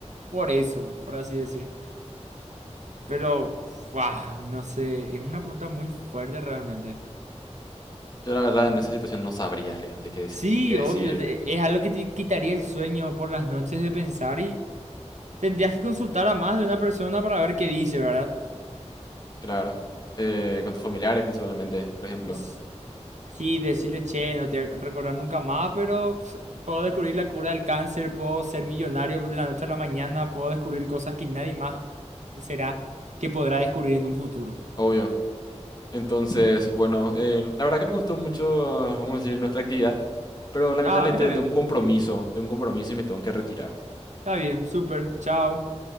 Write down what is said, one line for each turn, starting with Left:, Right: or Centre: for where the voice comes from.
Right: Por eso, por así decir. Pero, ¡fua! no sé, es una pregunta muy fuerte realmente.
Left: yo la verdad en esa situación no sabría realmente qué decidir.
Right: Sí,
Left: Qué decidir,
Right: obvio, te- es algo que te quitaría el sueño por las noches de pensar y tendrías que consultar a más de una persona para ver qué dice, ¿verdad?
Left: claro. Eh, con tus familiares principalmente, por ejemplo.
Right: S- Sí, decirle, che, no te voy a recordar nunca más, pero pues, puedo descubrir la cura del cáncer, puedo ser millonario de la noche a la mañana, puedo descubrir cosas que nadie más será que podrá descubrir en un futuro.
Left: Obvio. Entonces, bueno, eh, la verdad que me gustó mucho, vamos a decir, nuestra actividad, pero lamentablemente
Right: Ah, a mí también.
Left: tengo un compromiso, tengo un compromiso y me tengo que retirar.
Right: Está bien, súper, chao.